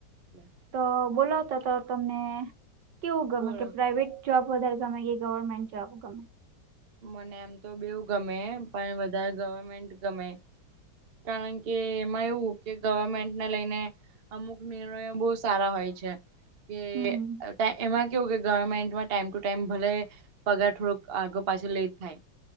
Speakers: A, on the right; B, on the right.
A: એટલે
B: તો બોલાવતા તો તમને કેવું ગમે,
A: બોલો
B: કે પ્રાઇવેટ? જોબ વધારે ગમે કે ગવર્નમેન્ટ જોબ ગમે.
A: મને એમ તો બેઉ ગમે, પણ વધારે ગવર્નમેન્ટ ગમે. કારણ કે એમાં એવું કે ગવર્નમેન્ટને લઈને અમુક નિયમો બહુ સારા હોય છે કે
B: હમ
A: એમાં એવું કે ગવર્નમેન્ટમાં ટાઈમ ટુ ટાઈમ ભલે પગાર થોડોક આગળ-પાછળ લેટ થાય.